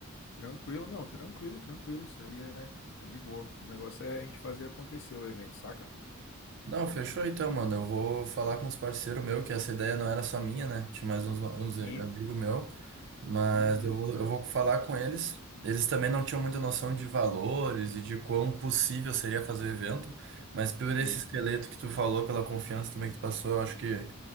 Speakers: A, on the left; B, on the right.
A: tranquilo, não, tranquilo, tranquilo, isso aí é, é de boa. O negócio é a gente fazer acontecer o evento, saca?
B: Não, fechou então, mano. Eu vou falar com os parceiros meus, que essa ideia não era só minha, né? Tinha mais uns, uns
A: Sim,
B: amigos meus. Mas
A: uhum,
B: eu, vou- eu vou falar com eles. Eles também não tinham muita noção de valores e de quão possível seria fazer o evento, mas por esse
A: sim,
B: esqueleto que tu falou, pela confiança também que tu passou, eu acho que